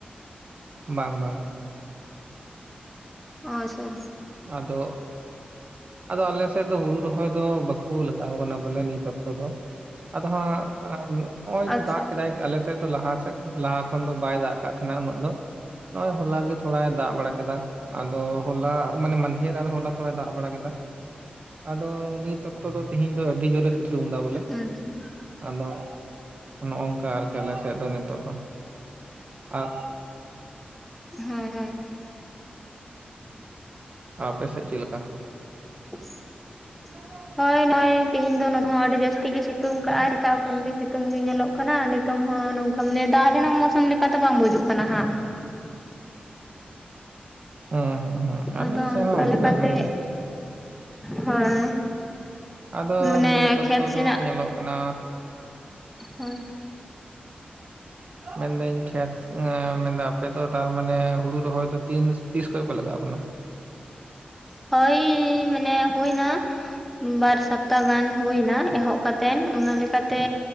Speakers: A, on the right; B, in the centre.
A: ᱵᱟᱝ ᱵᱟᱝ।
B: ᱟᱪᱪᱷᱟ।
A: ᱟᱫᱚ ᱟᱫᱚ ᱟᱞᱮ ᱥᱮᱫ ᱫᱚ ᱦᱩᱲᱩ ᱨᱚᱦᱚᱭ ᱫᱚ ᱵᱟᱠᱚ ᱞᱟᱜᱟᱣ ᱟᱠᱟᱱᱟ ᱵᱚᱞᱮ ᱱᱤᱛ ᱚᱠᱛᱚ ᱫᱚ, ᱟᱫᱚ ᱦᱟᱸᱜ ᱟᱨ ᱱᱚᱜ ᱱᱚᱜ-ᱚᱭ
B: ᱟᱪᱪᱷᱟ
A: ᱫᱟᱜ ᱠᱮᱫᱟᱭ ᱟᱞᱮ ᱥᱮᱫ ᱫᱚ ᱞᱟᱦᱟ ᱥᱮᱫ, ᱞᱟᱦᱟ ᱠᱷᱚᱱ ᱫᱚ ᱵᱟᱭ ᱫᱟᱜ ᱠᱟᱜ ᱛᱟᱦᱮᱸᱱᱟ ᱩᱱᱟᱹᱜ ᱫᱚ᱾ ᱱᱚᱜ-ᱚᱭ ᱦᱚᱞᱟ ᱜᱮ ᱛᱷᱚᱲᱟᱭ ᱫᱟᱜ ᱵᱟᱲᱟ ᱠᱮᱫ, ᱟᱫᱚ ᱦᱚᱞᱟ ᱢᱟᱱᱮ ᱢᱟᱫᱷᱮᱨ ᱟᱨ ᱦᱚᱞᱟ ᱛᱷᱚᱲᱟᱭ ᱫᱟᱜ ᱵᱟᱲᱟ ᱠᱮᱫᱟ, ᱟᱫᱚ ᱱᱤᱛ ᱚᱠᱛᱚ ᱫᱚ ᱛᱤᱦᱮᱧ ᱫᱚ ᱟᱹᱰᱤ ᱡᱳᱨᱮ ᱥᱤᱛᱩᱝ ᱮᱫᱟ ᱵᱚᱞᱮ,
B: ᱦᱳᱭ
A: ᱟᱫᱚ ᱱᱚᱜ-ᱚ ᱚᱝᱠᱟ ᱟᱨᱠᱤ ᱟᱞᱮ ᱥᱮᱜ ᱫᱚ ᱱᱤᱛᱚᱜ ᱫᱚ, ᱟᱨ
B: ᱦᱳᱭ ᱦᱳᱭ᱾
A: ᱟᱨ ᱟᱯᱮ ᱥᱮᱷ ᱪᱮᱜ ᱞᱮᱠᱟ?
B: <inaudible>
A: <inaudible>
B: ᱦᱳᱭ ᱱᱚᱜ-ᱚᱭ, ᱛᱮᱦᱮᱧ ᱫᱚ ᱱᱚᱰᱮ ᱦᱚᱸ ᱟᱹᱰᱤ ᱡᱟᱹᱥᱛᱤ ᱜᱮ ᱥᱤᱛᱩᱝ ᱠᱟᱜᱼᱟᱭ ᱥᱮᱛᱟᱜ ᱠᱷᱚᱱ ᱜᱮ ᱥᱤᱛᱩᱝ ᱜᱮ ᱧᱮᱞᱚᱜ ᱠᱟᱱᱟ, ᱱᱤᱛ ᱛᱚᱝ ᱦᱚᱸ ᱱᱚᱝᱠᱟ ᱢᱟᱱᱮ ᱫᱟᱜ ᱨᱮᱱᱟᱜ ᱢᱳᱣᱥᱳᱢ ᱞᱮᱠᱟ ᱫᱚ ᱵᱟᱝ ᱵᱩᱡᱩᱜ ᱠᱟᱱᱟ ᱦᱟᱸᱜ।
A: ᱦᱩᱸ ᱦᱩᱸ ᱦᱩᱸ ᱟᱞᱮ
B: ᱟᱫᱚ
A: ᱥᱮ
B: ᱚᱱᱠᱟ
A: ᱦᱚᱸ
B: ᱞᱮᱠᱟᱛᱮ
A: ᱚᱱᱠᱟᱜᱮ᱾
B: ᱦᱳᱭ
A: ᱟᱫᱚ
B: ᱢᱟᱱᱮ
A: ᱱᱤᱛ ᱚᱠᱛᱚ
B: ᱠᱷᱮᱛ ᱥᱮᱱᱟᱜ
A: ᱫᱚ ᱧᱮᱞᱚᱜ ᱠᱟᱱᱟ
B: ᱦᱳᱭ।
A: ᱢᱮᱱᱫᱟᱹᱧ ᱠᱷᱮᱛ, ᱢᱮᱱᱫᱟᱧ ᱟᱯᱮᱫᱚ ᱛᱟᱨᱢᱟᱱᱮ ᱦᱩᱲᱩ ᱨᱚᱦᱚᱭ ᱫᱚ, ᱛᱤᱱ ᱛᱤᱥ ᱠᱷᱚᱡ ᱯᱮ ᱞᱟᱜᱟᱣ ᱟᱠᱟᱱᱟ?
B: ᱦᱳᱭ ᱢᱟᱱᱮ ᱦᱩᱭ ᱱᱟ᱾ ᱵᱟᱨ ᱥᱚᱯᱛᱟ ᱜᱟᱱ ᱦᱩᱭ ᱮᱱᱟ᱾ ᱮᱦᱚᱵ ᱠᱟᱛᱮ ᱚᱱᱟ ᱞᱮᱠᱟᱛᱮ